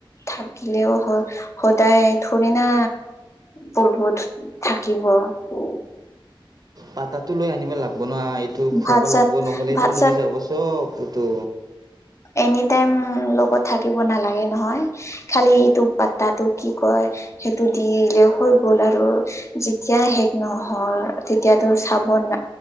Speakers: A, on the left; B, on the right.
A: থাকিলেও, স সদায় থুৰেণা পৰ্বত থাকিব? <unintelligible>
B: পাতাটো লৈ আনিব লাগব' বনোৱা, এইটো খোৱাব
A: ভাত চাত
B: লাগব', নহ'লে এইটো
A: ভাত
B: মৰি
A: চাত
B: যাব, চব্‌ বতু
A: এনিটাইম লগত থাকিব নালাগে নহয়, খালি ইটো পাতাটো কি কয়? হেহ-সেইটো দিলে হৈ গ'ল আৰু যেতিয়া শেষ নহয় তেতিয়াাটো চাব বন্‌না